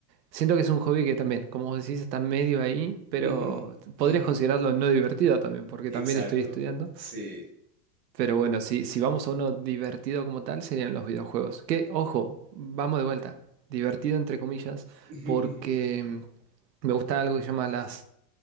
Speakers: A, on the right; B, on the right.
A: Siento que es un hobby que también, como vos decís, está medio ahí, pero
B: Ujú,
A: podrías
B: ujú.
A: considerarlo no divertido también, porque también
B: Exacto,
A: estoy estudiando.
B: sí.
A: Pero bueno, si, si vamos a uno divertido como tal, serían los videojuegos. Que, ojo, vamos de vuelta. Divertido entre comillas,
B: <laughs> Ujú,
A: porque mm, me gusta algo que se llama las...